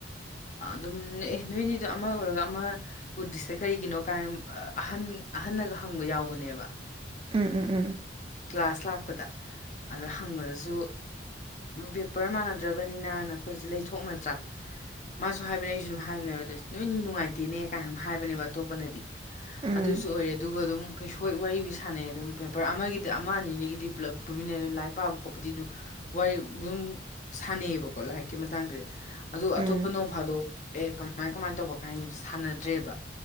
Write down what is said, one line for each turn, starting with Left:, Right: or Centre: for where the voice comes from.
Left: ꯑꯗꯨꯝ ꯑꯦ ꯅꯣꯏꯅꯤꯗꯣ ꯑꯃ ꯑꯣꯏꯔꯒ ꯑꯃ ꯎꯨꯗ꯭ꯔꯤꯁꯤꯗ ꯀꯔꯤꯒꯤꯅꯣ ꯀꯥꯏꯅ ꯑꯍꯟ ꯑꯍꯟꯅꯒ ꯍꯪꯕ ꯌꯥꯎꯕꯅꯦꯕ
Right: ꯎꯝ ꯎꯝ
Left: ꯀ꯭ꯂꯥꯁ ꯂꯥꯛ ꯑꯗ ꯍꯪꯕꯗꯁꯨ ꯕꯦꯄꯔ ꯃꯥꯟꯅꯗ꯭ꯔꯕꯅꯤꯅꯅ ꯑꯩꯈꯣꯏꯁꯨ ꯂꯩꯊꯣꯛꯅꯗ꯭ꯔꯥ ꯃꯥꯁꯨ ꯍꯥꯏꯕꯅꯦ ꯑꯩꯁꯨ ꯑꯗꯨꯝ ꯍꯥꯏ ꯑꯗ ꯅꯣꯏ ꯅꯤ ꯅꯨꯡꯉꯥꯏꯇꯦꯅꯦ ꯀꯥꯏꯅ ꯍꯥꯏꯕꯅꯦꯕ ꯑꯇꯣꯞꯄꯅꯗꯤ
Right: ꯎꯝ ꯎꯝ
Left: ꯑꯗꯨꯁꯨ ꯑꯣꯏꯔꯦ ꯑꯗꯨꯒ ꯑꯗꯨꯝ ꯀꯩꯁꯨ ꯋꯥꯔꯤꯁꯨ ꯁꯥꯟꯅꯩ ꯑꯗꯨꯝ ꯄꯦꯄꯔ ꯑꯃꯒꯤꯗꯤ ꯑꯃ ꯑꯅꯤꯗꯒꯤꯗꯤ ꯄꯨꯂꯞ ꯄꯨꯃꯤꯟꯅꯩ ꯑꯗꯨ ꯂꯥꯏꯔꯤꯛ ꯄꯥꯕ ꯈꯣꯠꯄꯗꯤ ꯑꯗꯨꯝ ꯋꯥꯔꯤ ꯑꯗꯨꯝ ꯁꯥꯟꯅꯩꯌꯦꯕꯀꯣ ꯂꯥꯏꯔꯤꯛꯀꯤ ꯃꯇꯥꯡꯗꯗꯤ ꯑꯗꯨ ꯑꯇꯣꯞ
Right: ꯎꯝ
Left: ꯍꯂꯣ ꯑꯦ ꯀꯃꯥꯏ ꯀꯃꯥꯏꯅ ꯇꯧꯕ ꯀꯥꯏꯅ ꯁꯥꯟꯅꯗ꯭ꯔꯦꯕ